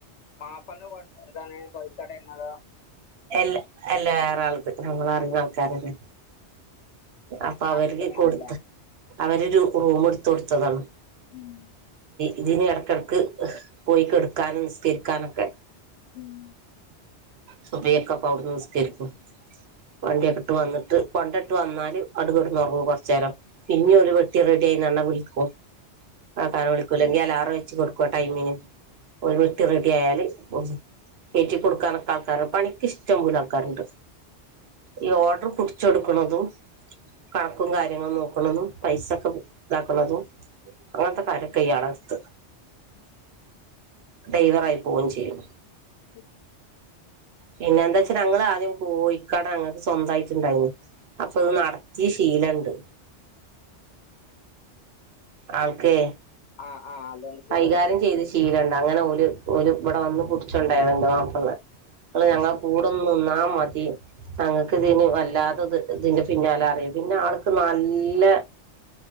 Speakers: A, on the left; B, on the right.
A: പാപ്പൻ്റെ കൊട് എന്താണ് കോഴിക്കടേ നിന്നതാ
B: എല്ല എല്ല വേറെ ആള്ണ്ട്. നമ്മളറിയുന്ന ആൾക്കാരന്നെ അപ്പ
A: നടത്തുന്ന
B: അവര്ക്ക് കൊടുത്ത്. അവരൊരു റൂം എടുത്ത് കൊടുത്തതാണ്.
A: ഉം
B: ഇതിന് എടക്കെടക്ക് പോയി കെടക്കാനും നിസ്കരിക്കാനൊക്കെ
A: ഉം
B: സുബഹിക്കെ അപ്പൊ അവ്ട്ന് നിസ്കരിക്കും. വണ്ടിക്കെ ഇട്ട് വന്നിട്ട് കൊണ്ടിട്ട് വന്നാ ല് അത് കെടന്ന് ഒറങ്ങും കൊറച്ച് നേരം. പിന്നെ ഒരു പെട്ടി റെഡി ആയീന്ന് പറഞ്ഞ് വിളിക്കുമ്പൊ ആക്ക വിളിക്കൂല്ലെങ്കി അലാറം വെച്ച് കൊടുക്കും ആ ടൈമിന്. ഒരു പെട്ടി റെഡി ആയാല് ഓ എറ്റി കൊടുക്കാനൊക്കെ ആൾക്കാര് പണിക്ക് ഇഷ്ടം പോലെ ആൾക്കാരുണ്ട് ഈ ഓഡർ പിടിച്ചെടുക്കണതും കണക്കും കാര്യങ്ങളും നോക്ക്ണതും പൈസൊക്കെ ഇതാക്കണതും അങ്ങനത്തെ കടെക്കെ ഇയാളടത്തു
A: ഉ <inaudible>
B: ഡ്രൈവറായി പോവുകയും ചെയ്യും
A: ബസ്
B: പിന്നെ എന്താ വച്ചാ ഞങ്ങള് ആദ്യം കോയിക്കട ഞങ്ങക്ക് സ്വന്തായിട്ടുണ്ടായിരുന്നു അപ്പൊത് നടത്തിയ ശീലണ്ട്. ആൾക്കേ
A: ആഹ് ആഹ് അതുകൊണ്ട് സുഖാണ്
B: കൈകാര്യം ചെയ്ത് ശീലണ്ട്. അങ്ങനെ ഓര് ഇവിടെ വന്ന് പിടിച്ചുണ്ടായത്. ഇന്റെ മാപ്പളണേ അ
A: അത്
B: ഞങ്ങള
A: ശരി
B: കൂടെന്നാ മതി! തങ്ങൾക്ക് ഇതിന് വല്ലാതെ ഇത്. ഇതിന്റെ പിന്നാലെ അറിയും. പിന്നെ ആൾക്ക് നല്ല